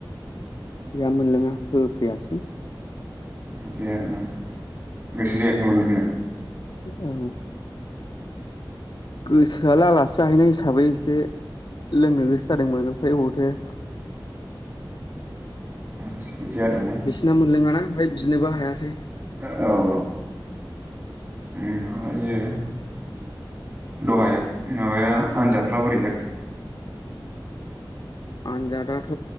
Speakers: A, on the left (about 55°); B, on the right (about 25°).
A: गैया मोनलोङा होफैयासै।
B: बिदि आरोना गोसो जायाखैमोन लोंनो?
A: औ गोसोआलाय आलासि जाहैनाय हिसाबै एसे लोंनो गोसो जादोंमोन ओमफ्राय बबावथो।
B: आतचा बिदि आरोना।
A: बिसिना मोनलोङाना ओमफ्राय बिनोबो हायासै।
B: औ औ ओमफ्रायो दहाय माबाया आनजादफ्रा बोरै जाखो?
A: आनजादाथ'